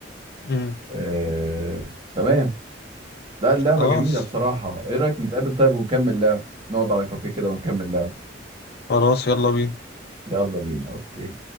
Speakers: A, on the left; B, on the right.
A: امم
B: آه... تمام لا اللعبة
A: خلاص
B: جميلة بصراحة ايه رأيك نتقابل طيب ونكمل لعب نقعد على كافيه كده ونكمل لعب
A: خلاص يلا بينا
B: يلا بينا اوكي